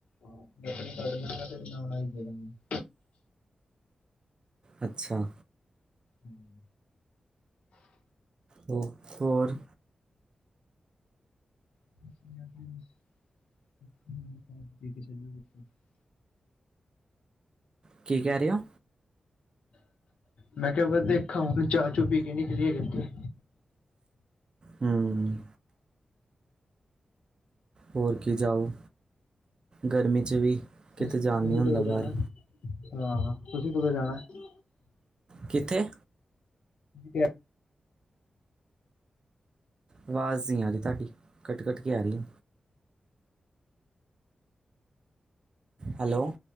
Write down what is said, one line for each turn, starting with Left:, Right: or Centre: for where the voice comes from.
Left: ਮੈਂ ਆਪਣੇ ਕੱਢ ਲਾਂਗਾ ਫਿਰ ਨ ਉਣਾਈ ਦੇਦਾਂਗੇ।
Right: ਅੱਛਾ।
Left: ਹੂੰ।
Right: ਓ ਹੋਰ।
Left: <inaudible>
Right: ਕੀ ਕੈ ਰੇ ਓ?
Left: ਮੈਂ ਕੇਆ ਫੇਰ ਦੇਖਾਂ ਹੁਨ ਚਾ ਚੂ ਪੀ ਕੇ ਨਿਕਲੀਏ ਕਿਤੇ।
Right: ਹੂੰ। ਹੋਰ ਕੀ ਜਾਓ, ਗਰਮੀ ਚ ਵੀ ਕਿਤੇ
Left: ਤੁਸੀਂ
Right: ਜਾਣ ਨੀ ਹੁੰਦਾ
Left: ਕਦੋਂ
Right: ਬਾਰ।
Left: ਜਾਣਾ ਹਾਂ, ਤੁਸੀ ਕਦੋ ਜਾਣਾ ਐ?
Right: ਕਿੱਥੇ?
Left: ਤੁਸੀਂ ਕਿਹਾ
Right: ਵਾਜ਼ ਨੀ ਆ ਰੀ ਤਾਡੀ ਕੱਟ -ਕੱਟ ਕੇ ਆ ਰੀ ਐ। ਹੈਲੋ।